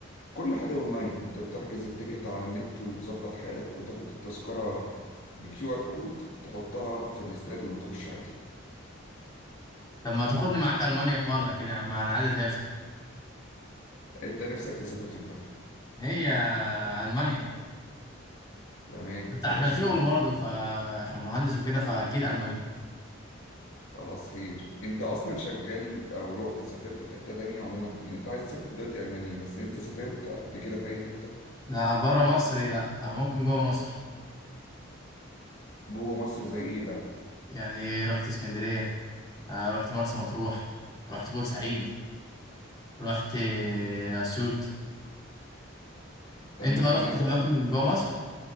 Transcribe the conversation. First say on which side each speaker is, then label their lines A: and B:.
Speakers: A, on the left; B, on the left.
A: كل حاجة اونلاين انت بتحجز التيكت على النت وتظبط حالك وتاخد التذكرة بكيو ار كود تحطها في الاستاد وبتخش عادي
B: طب ما تاخدني معاك المانيا في مره كده يا عم انا عايز اسافر
A: انت نفسك تسافر فين طيب
B: هي المانيا
A: تمام
B: بس
A: يا
B: عشان
A: باشا
B: شغل
A: من عيني
B: برضه فعشان مهندس وكده فاكيد المانيا
A: خلاص خير انت اصلا شغال او رحت سافرت في حتة تانية عموما يعني انت عايز تسافر دلوقتي المانيا بس انت سافرت قبل كده في اي حتة
B: لا بره مصر لا ممكن جوه مصر
A: جوه مصر زي ايه بقى
B: يعني رحت اسكندريه آه، رحت مرسى مطروح رحت بورسعيد رحت اسيوط
A: تمام
B: انت بقى رحت
A: انا بص
B: في اماكن جوه مصر